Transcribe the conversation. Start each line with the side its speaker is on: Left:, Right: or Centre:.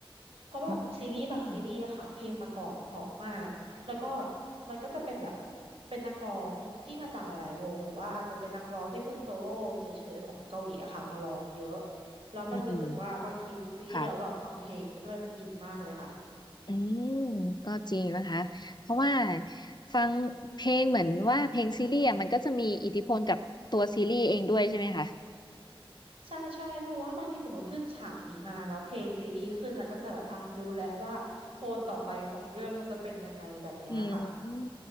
Right: เพราะแบบซีรีส์บางซีรีส์อะค่ะเพลงประกอบเพราะมากแล้วก็
Left: ม
Right: มันก็จะเป็นแบบเป็นนักร้องที่มาจากหลายๆวงหรือว่าอาจจะเป็นนักร้องที่เป็นโซโล่เฉยๆของเกาหลีอะค่ะมาร้องเยอะแล้วมันรู้สึกว่าบางทีดูซีรีส์แล้วแบบฟังเพลงไปด้วยมันอินมากเลยค่ะ
Left: อืมค่ะ อืมก็จริงนะคะเพราะว่าฟังเพลงเหมือนว่าเพลงซีรีส์อะมันก็จะมีอิทธิพลกับตัวซีรีส์เองด้วยใช่ไหมคะ
Right: ใช่ใช่เพราะว่าบางทีสมมติขึ้นฉากนี้มาแล้วเพลงซีรีส์ขึ้นแล้วก็จะแบบอ่ะรู้แล้วว่าโทนต่อไปของเรื่องมันจะเป็นยังไงแบบเนี้ยค่ะ
Left: อืมอืม